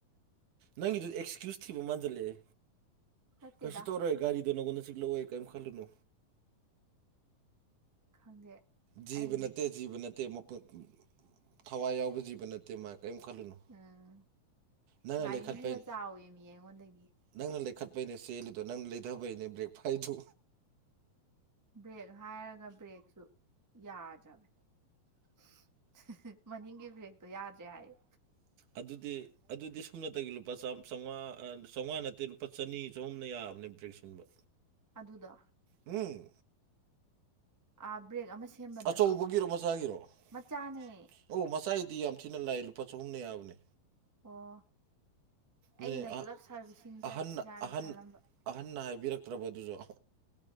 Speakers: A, on the right (about 65°); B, on the right (about 20°).
A: ꯅꯪꯒꯤꯗꯨ ꯑꯦꯛꯁꯀ꯭ꯌꯨꯁ ꯊꯤꯕ ꯃꯥꯟꯖꯜꯂꯛꯑꯦ
B: ꯐꯠꯇꯦꯗ
A: ꯀꯩꯁꯨ ꯇꯧꯔꯣꯏ ꯒꯥꯔꯤꯗꯣ ꯅꯪꯉꯣꯟꯗ ꯆꯤꯛꯂꯛꯑꯣꯏ ꯀꯔꯤꯝ ꯈꯜꯂꯨꯅꯨ
B: ꯈꯪꯗꯦ
A: ꯖꯤꯕ
B: ꯑꯩ
A: ꯅꯠꯇꯦ ꯖꯤꯕ ꯅꯠꯇꯦ ꯃꯄꯨꯠ ꯊꯋꯥꯏ ꯌꯥꯎꯕ ꯖꯤꯕ ꯅꯠꯇꯦ ꯃꯥ ꯀꯔꯤꯝ ꯈꯜꯂꯨꯅꯨ
B: ꯎꯝ
A: ꯅꯪꯅ
B: ꯒꯥꯔꯤꯅ
A: ꯂꯩꯈꯠꯄꯩ
B: ꯍꯦꯟꯅ ꯆꯥꯎꯋꯦꯃꯤ ꯑꯩꯉꯣꯟꯗꯒꯤ
A: ꯅꯪꯅ ꯂꯩꯈꯠꯄꯩꯅꯦ ꯆꯦꯜꯂꯤꯗꯣ ꯅꯪꯅ ꯂꯩꯗꯕꯩꯅꯦ ꯕ꯭ꯔꯦꯛ ꯐꯥꯏꯗꯨ
B: ꯕ꯭ꯔꯦꯛ ꯍꯥꯏꯔꯒ ꯕ꯭ꯔꯦꯛꯁꯨ ꯌꯥꯗ꯭ꯔꯕꯅꯦ ꯃꯅꯤꯡꯒꯤ ꯕꯔꯦꯛꯇꯣ ꯌꯥꯗ꯭ꯔꯦ ꯍꯥꯏꯌꯦ
A: ꯑꯗꯨꯗꯤ ꯑꯗꯨꯗꯤ ꯁꯨꯞꯅꯠꯇꯒꯤ ꯂꯨꯄꯥ ꯆꯥꯝ ꯆꯧꯉꯥ ꯑꯥ ꯆꯧꯉꯥ ꯅꯠꯇꯦ ꯂꯨꯄꯥ ꯆꯅꯤ ꯆꯍꯨꯝꯅ ꯌꯥꯕꯅꯦ ꯕ꯭ꯔꯦꯛ ꯁꯤꯟꯕ
B: ꯑꯗꯨꯗꯣ
A: ꯏ
B: ꯑꯥ ꯕ꯭ꯔꯦꯛ ꯑꯃ ꯁꯦꯝꯕꯗꯔꯣ
A: ꯑꯆꯧꯕꯒꯤꯔꯣ ꯃꯆꯥꯒꯤꯔꯣ
B: ꯃꯆꯥꯅꯦ
A: ꯃꯆꯥꯅꯤ ꯑꯣ ꯃꯆꯥꯒꯤꯗꯤ ꯌꯥꯝ ꯊꯤꯅ ꯂꯥꯏ ꯂꯨꯄꯥ ꯆꯍꯨꯝꯅ ꯌꯥꯕꯅꯦ
B: ꯑꯣ ꯑꯩꯅ
A: ꯅꯣꯏ
B: ꯄꯨꯂꯞ
A: ꯑ
B: ꯁꯥꯔꯚꯤꯁꯤꯡ ꯆꯠꯁꯤꯔꯥꯅ
A: ꯑꯍꯟꯅ ꯑꯍꯟ
B: ꯈꯜꯂꯝꯕ
A: ꯑꯍꯟꯅ ꯍꯥꯏꯕꯤꯔꯛꯇ꯭ꯔꯕ ꯑꯗꯨꯁꯨ